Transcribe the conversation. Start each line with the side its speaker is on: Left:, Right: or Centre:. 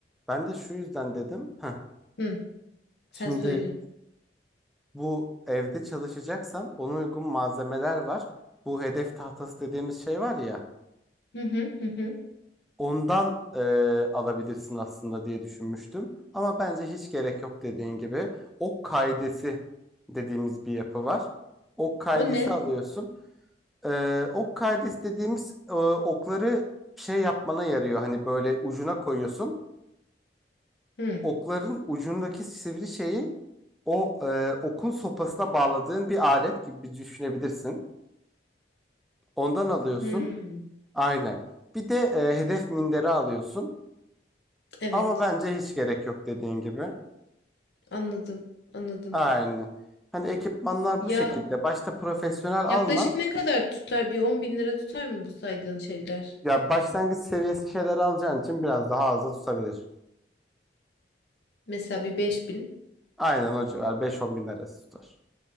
Centre: Ben de şu yüzden dedim. Heh,
Left: Hı. Sen
Centre: şimdi
Left: söyle.
Centre: bu evde çalışacaksan ona uygun malzemeler var. Bu hedef tahtası dediğimiz şey var ya.
Left: Hı hı hı hı.
Centre: Ondan e, alabilirsin aslında diye düşünmüştüm. Ama bence hiç gerek yok dediğin gibi. Ok kaidesi dediğimiz bir yapı var. Ok kaidesi
Left: O ne?
Centre: alıyorsun. E, ok kaidesi dediğimiz e, okları şey yapmana yarıyor. Hani böyle ucuna koyuyorsun.
Left: Hı.
Centre: okların ucundaki sivri şeyi o e, okun sopasına bağladığın bir alet gibi bir düşünebilirsin. Ondan alıyorsun.
Left: Hı.
Centre: Aynen. Bir de e, hedef minderi alıyorsun.
Left: Evet.
Centre: Ama bence hiç gerek yok dediğin gibi.
Left: Anladım, anladım.
Centre: Aynen. Hani ekipmanlar
Left: Ya
Centre: bu şekilde. Başta profesyonel alma.
Left: yaklaşık ne kadar tutar? Bir 10 bin lira tutar mı bu saydığın şeyler?
Centre: Ya başlangıç seviyesi şeyler alacağın için biraz daha az da tutabilir.
Left: Mesela bir 5 bin.
Centre: Aynen o civar beş on bin arası tutar.